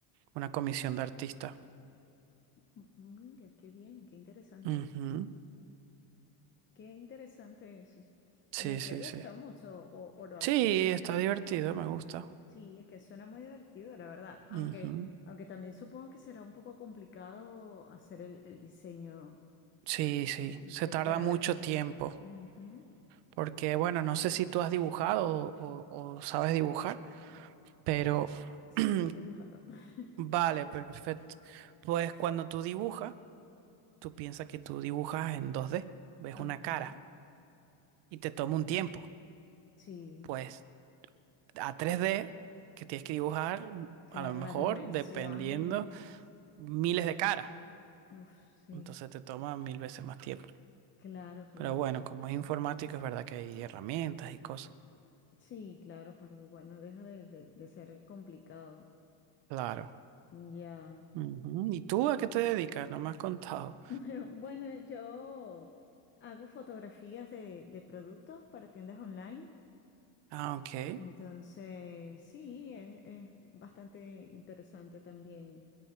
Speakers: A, on the right; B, on the left.
A: una comisión de artista.
B: m- mira, qué bien, qué interesante.
A: Ujú.
B: Qué interesante eso.
A: Sí,
B: ¿Y
A: sí,
B: te gusta
A: sí.
B: mucho o, o lo haces?
A: Sí, está divertido, me gusta.
B: Sí, es que suena muy divertido, la verdad. Aunque,
A: Ujú.
B: aunque también supongo que será un poco complicado hacer el, el diseño
A: Sí, sí,
B: de,
A: se tarda
B: bueno,
A: mucho
B: depende.
A: tiempo.
B: Ujú.
A: Porque, bueno, no sé si tú has dibujado o, o sabes dibujar, pero
B: Sí,
A: <clears throat>
B: he dibujado. <laughs>
A: vale, perfecto. Pues cuando tú dibujas, tú piensas que tú dibujas en dos d ves
B: Ajá.
A: una cara y te toma un tiempo.
B: Sí,
A: Pues a tres d que tienes que dibujar,
B: claro,
A: a lo mejor,
B: las dimensiones.
A: dependiendo, miles de caras.
B: Uf, sí.
A: Entonces te toma mil veces más tiempo.
B: Claro, claro,
A: Pero bueno,
B: claro.
A: como es informática, es verdad que hay herramientas y cosas.
B: Sí, claro, pero igual no deja de, de- de ser complicado.
A: Claro.
B: Ya.
A: Ujú. ¿Y tú a qué te dedicas? No me has contado.
B: <laughs> Bueno, yo hago fotografías de, de productos para tiendas online.
A: Ah, ok.
B: Entonces, sí, es, es bastante interesante también.